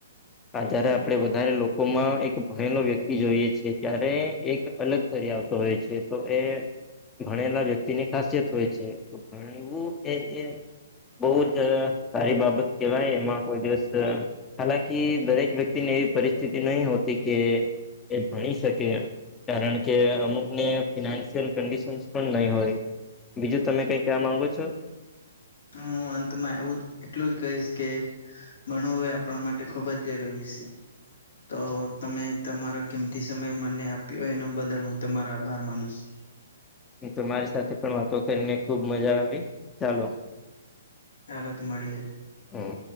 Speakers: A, on the left; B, on the left.
A: આધારે આપણે વધારે લોકો માં એક ભણેલો વ્યક્તિ જોઈએ છે ત્યારે એક અલગ કરી આવતો હોય છે તો એ ભણેલા વ્યક્તિની ખાસિયત હોય છે ભણું એ બહ જ સારી બાબત કેહેવાય એમાં કોઈ દિવસ હાલાકી દરેક વ્યક્તિને એવી પરિસ્થિતિ નહી હોતી કે એ ભણી શકે કારણ કે અમુક ને ફિનાન્શયલ કડિશનસ પણ નહી હોય બીજું તમે કઈ ક્યાં માંગો છો
B: હું અંતમાં એવું જ એટલું જ કહીશ કે ભણવું એ આપણા માટે ખુબ જ જરૂરી છે, તો તમે તમારો કિમતી સમય મને આપ્યો એન બદલ હું તમારો આભાર માનું છું.
A: તમારી સાથે પણ વાતો કરીને ખુબ મજા આવી ચાલો.
B: હાલો તો મળીએ.
A: હમ.